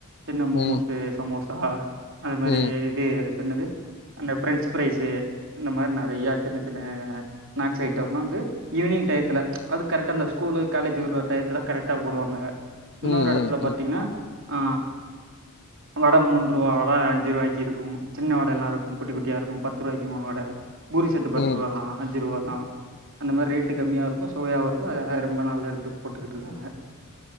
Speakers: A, on the right (about 60°); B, on the left (about 50°).
A: சின்ன மோமோஸு
B: ம்
A: சமோசா அது மாறி
B: ம்
A: இ அதுக்கு என்னது அந்த பிரெஞ்ச்சு பிரரைஸ்ஸு இந்த மாறி நெறையா சின்ன சின்ன ஸ்னாக்ஸு ஐட்டம்லா வந்து ஈவினிங் டயத்துல ச் அதூ கரெக்டா அந்த ஸ்கூலு காலேஜீ வுட்ற டயத்துல கரெக்டா போடுவாங்க இன்னொரு
B: ம் ம்
A: எடத்துல பாத்தீங்கனா
B: ம்
A: ஆ வட மூன்று ரூவா வட அஞ்சுருவாய்க்கு இருக்கு சின்ன வடல்லா இருக்கூ குட்டி குட்டியா இருக்கூ பத்து ரூவாய்க்கு மூணு வட பூரி செட்டு பத்து
B: ம்
A: ரூவா தா அஞ்சு ரூவா தா அந்த மாரி ரேட்டு கம்மியா இருக்கு சுவையாவு இருக்கு அத ரொம்ப நல்லா இருந்து போட்டுக்ட்டு இருக்காங்க